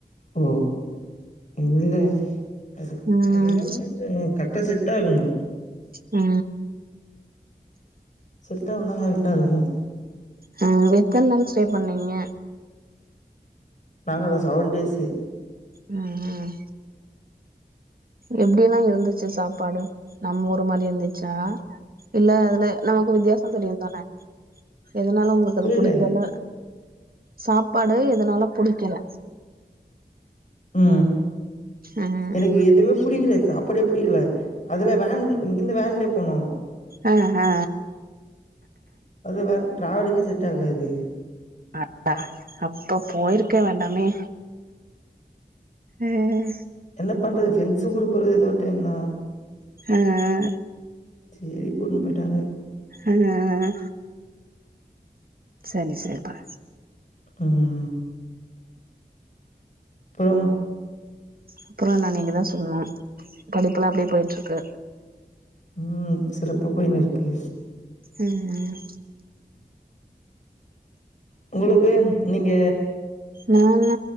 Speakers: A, on the left; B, on the right.
A: ஓ இல்ல அது
B: ம்
A: அதெல்லா கேட்றயோ கரெட்டா செட் ஆகணு
B: ஆ
A: செட்டாவுனா கரெக்டா இருக்கு
B: ஆ எத்தன நாள் ஸ்டே பண்ணீங்க
A: நாங்கலா செவன் டேஸ்சு
B: ம் ம் எப்டி எல்லா இருந்துச்சி சாப்பாடு நம்ம ஊர் மாதி இருந்துச் சா இல்ல அதுல நமக்கு வித்தியாசோ தெரியுந்தான எதனால உங்களுக்கு
A: புரியல.
B: அது புடிக்கல சாப்பாடு எதனால புடிக்கல
A: ம்
B: ம்
A: எனக்கு எதுமே புடிக்கலே சாப்பாடே புடிக்கல அதுல வேன் இங்கிருந்து வேன்லயே போனோ
B: ஆ ஹ ஆ
A: அது வேற டிராவலிங்கே செட் ஆகாது
B: அ ஹ அப்ப போயிருக்க வேண்டாமே ம்
A: என்ன பண்றது ஃப்ரெண்ட்ஸ்ங்க கூட போறது ஏதோ ஒரு டைம் தா
B: ஆ ஆ
A: சேரி கூட்ன்னு போய்ட்டாங்க
B: ஆ ஆ ஆ சரி சரிப்பா
A: ம் அப்பறம்
B: அப்பறோ என்ன நீங்க தா சொல்லனு படிப்புலா எப்டி போயிட்ருக்கு
A: ம் சிறப்பா போயினு இருக்கு
B: ம் ம்
A: உங்களுக்கு நீங்க
B: நானு